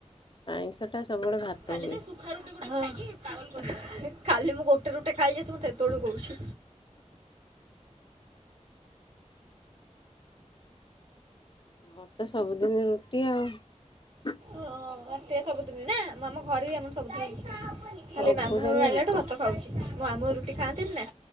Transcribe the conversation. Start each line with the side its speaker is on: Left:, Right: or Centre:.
Left: ଆଇଁଷ ଟା ସବୁବେଳେ ଭାତ
Right: କାଲି
Left: ହୁଏ।
Right: ତ ସୁଖା ରୁଟି ଗୁଡା ଖାଇକି। <unintelligible> ଖାଲି ମୁ ଗୋଟେ ରୁଟେ ଖାଇଚି ସେ ମତେ ସେତେ ବେଳୁ କହୁଛି।
Left: ମତେ ସବୁଦିନ ରୁଟି ଆଉ।
Right: ଓ ଏ ସବୁଦିନେ ନା ଆମ ଘରେ ବି ଆମ ସବୁଦିନ। ଖାଲି
Left: ସବୁଦିନ
Right: ମାମୁଁ ଘରୁ ଆଇଲାଠୁ
Left: ରୁଟି।
Right: ଭାତ ଖାଉଛି। ମଁ ମାମୁଁ ର ଖାନ୍ତି ନା